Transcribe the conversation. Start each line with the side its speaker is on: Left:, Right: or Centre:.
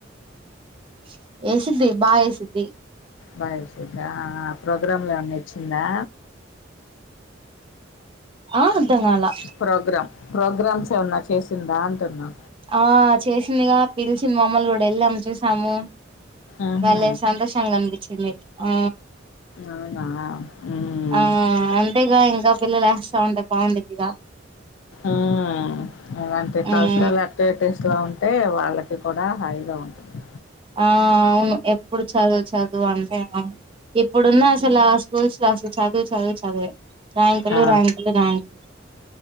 Right: <inaudible> వేసద్ది బా వేసద్ది
Left: భవేసిధా ఆ ప్రోగ్రామ్ లో ఏ నచ్చిందా
Right: ఆ అద్దంగాలా
Left: ప్రోగ్రామ్ ప్రోగ్రామ్స్ ఏమన్నా చేసిందా అంటున్నా
Right: ఆ చేసిందిగా పిలిచింది మమ్మల్ని కూడా వెళ్ళాము చూసాము
Left: ఉహు
Right: వాళ్ళ సంతోషంగా అనిపించింది ఆ
Left: అవునా ఉమ్
Right: ఆ అంతేగా ఇంకా పిల్లలు వేస్తా ఉంటే బాగుండే ఇద
Left: ఉమ్ ఏమంటే
Right: మ్మ్
Left: కల్చరల్ యాక్టివిటీస్ ట్లా ఉంటే వాళ్ళకి కూడా హాయిగా ఉంటుంది
Right: ఆ అవును ఎప్పుడు చదువు చదువు అంటే అవును ఇప్పుడున్న అసలు లాస్ రూల్స్ లాస్ చదువు చదువు చదువే ర్యాంకులు
Left: ఆ
Right: ర్యాంకులు ర్యాంకులు